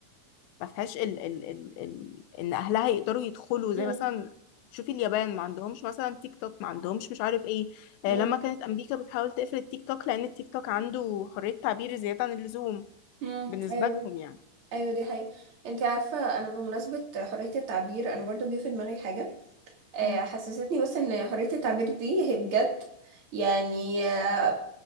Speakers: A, on the left; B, on the right.
A: ما فيهاش ال ال ال ال ان اهلها يقدروا يدخلوا زي
B: مم.
A: مثلا شوفي اليابان ما عندهمش مثلا تيك توك ما عندهمش مش عارف ايه آه،
B: مم.
A: لما كانت امريكا بتحاول تقفل التيك توك لان التيك توك عنده حرية تعبير زيادة عن اللزوم
B: مم.
A: بالنسبة
B: ايوه
A: لهم يعني
B: ايوه دي حقيقة انت عارفة انا بمناسبة حرية التعبير انا برضو جه في دماغي حاجة آه،
A: مم.
B: حسستني بس ان حرية التعبير دي هي بجد يعني آه،